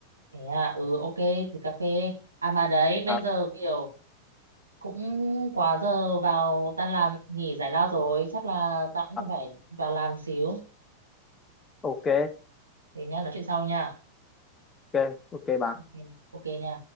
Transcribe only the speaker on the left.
Ờ,
ờ,
ok
ok ok bạn